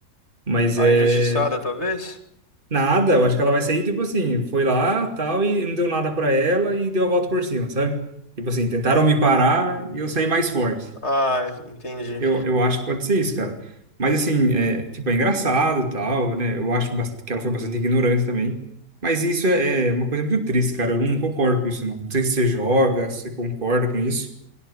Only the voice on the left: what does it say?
A
injustiçada, talvez?
Ah, entendi.